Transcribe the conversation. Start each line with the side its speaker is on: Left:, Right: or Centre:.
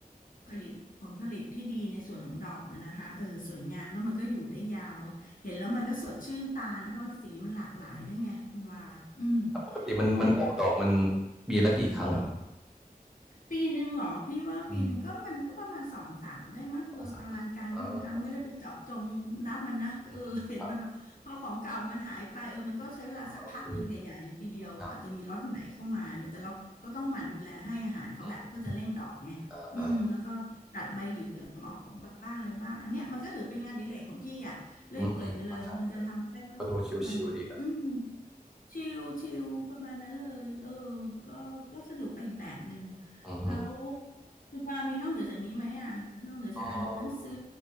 Left: ผลิตผลผลิตที่ดีในส่วนของดอกนะนะคะเออสวยงามแล้วมันก็อยู่ได้ยาวเห็นแล้วมันก็สดชื่นตานะเพราะสีมันหลากหลายด้วยไงคุณว่าอืม
Centre: ปกติมันมันออกดอกมัน
Left: เลยแบบ
Centre: ปีละกี่ครั้งอะครับ
Left: ปีหนึ่งเหรอพี่ว่าปีหนึ่งก็มันก็ประมาณสองสามได้มั้งโดยประมาณการนะบางครั้งไม่ได้ไปเจาะจงนับมันนะเออ
Centre: อืมสองสามครั้งอ่าโอเค
Left: <laughs>
Centre: อืมครับ
Left: เห็นมันว่าพอของเก่ามันหายไปเออมันก็ใช้เวลาสักพักหนึ่งใหญ่ๆเลยทีเดียวกว่าจะมีล็อตไหนเข้ามาเนี่ยแต่เราก็ต้องหมั่นดูแลให้อาหารเขาแหละเพื่อจะเร่งดอกไงอืมแล้วก็ตัดใบเหลืองออกบ้างอะไรบ้างอันเนี้ยมันก็ถือเป็นงานอดิเรกของพี่อ่ะเลื่อยเปื่อยไปเลยมันจะทำได้ก็
Centre: อ่าโอเคครับอืมอ่าอืมอืมเข้าใจเลยก็ดูชิวๆดีนะ
Left: วันหยุดอืม ชิลชิลประมาณนั้นเลย เออ ก็ก็สนุกไปอีกแบบหนึ่ง
Centre: อือฮึ
Left: แล้วคุณปามีนอกเหนือจากนี้ไหมอ่ะนอกเหนือจากอ่านหนังสือ
Centre: เออ